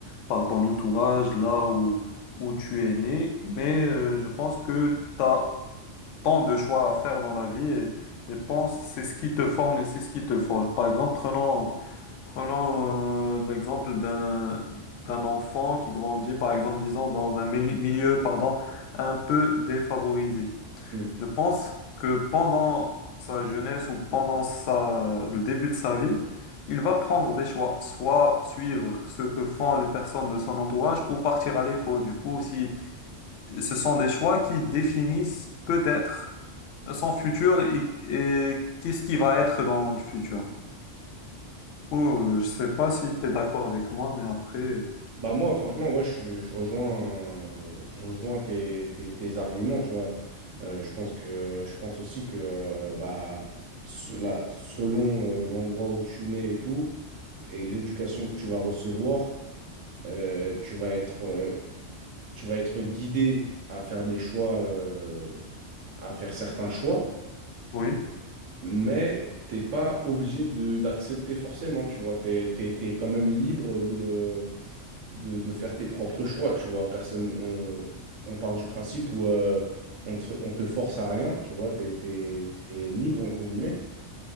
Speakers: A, on the left; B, on the right.
A: par ton entourage, là où, où tu es né. Mais euh, je pense que tu as tant de choix à faire dans la vie et, et pense c'est ce qui te forme et c'est ce qui te forge. Par exemple, prenons, prenons euh, l'exemple d'un d'un enfant qui grandit, par exemple, disons, dans un mili- milieu, pardon, un peu défavorisé.
B: Mm.
A: Je pense que pendant sa jeunesse ou pendant sa, le début de sa vie, il va prendre des choix, soit suivre ce que font les personnes de son entourage ou partir à l'école. Du coup, si ce sont des choix qui définissent peut-être son futur et, et qu'est-ce qui va être dans le futur. Oh, je sais pas si tu es d'accord avec moi, mais après,
B: Bah moi, franchement, ouais, je, suis- je rejoins, euh, je rejoins tes, tes- tes arguments, tu vois. Euh, je pense que, je pense aussi que, euh, bah, cela, selon euh, l'endroit où tu nais et tout, et l'éducation que tu vas recevoir, euh, tu vas être, euh, tu vas être guidé à faire des choix, euh, à faire certains choix,
A: oui,
B: mais t'es pas obligé de d'accepter forcément, tu vois, t'es, t'es, t'es quand même libre de, euh, de, de faire tes propres choix, tu vois, personne, on, on part du principe où euh, on te, on te force à rien, tu vois, t'es, t'es, t'es libre, entre guillemets,